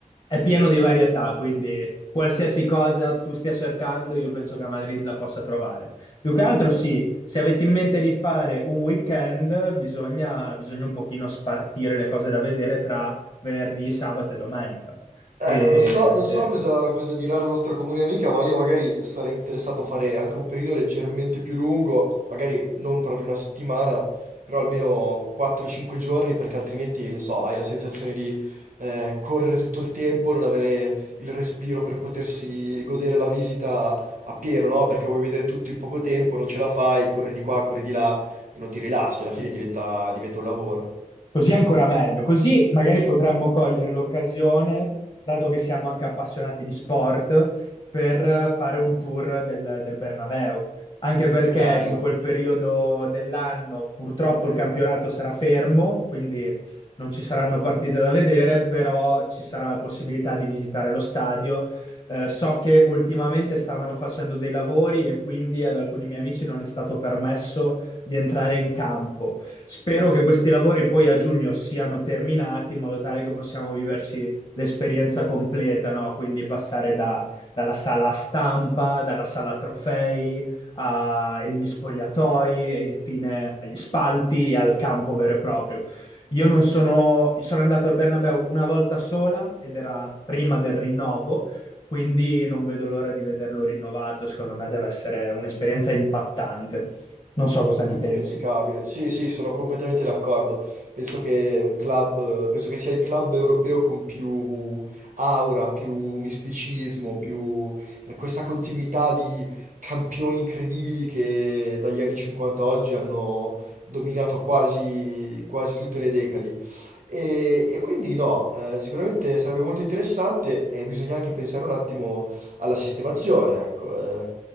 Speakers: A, on the left (about 45°); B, on the right (about 65°).
A: è pieno di varietà, quindi qualsiasi cosa tu stia cercando, io penso che a Madrid la possa trovare. Più che altro sì, se avete in mente di fare un weekend, bisogna, bisogna un pochino spartire le cose da vedere tra venerdì, sabato e domenica.
B: Ecco,
A: E,
B: non so, non
A: sì.
B: so cosa, cosa dirà la nostra comune amica, ma io magari sarei interessato a fare anche un periodo leggermente più lungo, magari non proprio una settimana, però almeno 4-5 giorni, perché altrimenti, non so, hai la sensazione di eh, correre tutto il tempo, non avere il respiro per potersi godere la visita a pieno, no? Perché vuoi vedere tutto in poco tempo, non ce la fai, corri di qua, corri di là e non ti rilassi, alla fine diventa diventa un lavoro.
A: Così è ancora meglio, così magari potremmo cogliere l'occasione, dato che siamo anche appassionati di sport, per fare un tour del, del Bernabeu. Anche perché
B: Che bello.
A: in quel periodo dell'anno purtroppo il campionato sarà fermo, quindi non ci saranno partite da vedere, però ci sarà la possibilità di visitare lo stadio. Eh, so che ultimamente stavano facendo dei lavori e quindi ad alcuni miei amici non è stato permesso di entrare in campo Spero che questi lavori poi a giugno siano terminati in modo tale che possiamo viverci l'esperienza completa, no? Quindi passare da- dalla sala stampa, dalla sala trofei, a- agli spogliatoi e infine agli spalti e al campo vero e proprio. Io non sono, sono andato al Bernabéu una volta sola ed era prima del rinnovo, quindi non vedo l'ora di vederlo rinnovato. Secondo me deve essere un'esperienza impattante. Non so cosa ne
B: Indimenticabile.
A: pensi.
B: Sì, sì, sono completamente d'accordo. Penso che un club, penso che sia il club europeo con più aura, più misticismo, più per questa continuità di campioni incredibili che dagli anni 50 a oggi hanno dominato quasi, quasi tutte le decadi. E, e quindi no, eh, sicuramente sarebbe molto interessante e bisogna anche pensare un attimo alla sistemazione, ecco, eh,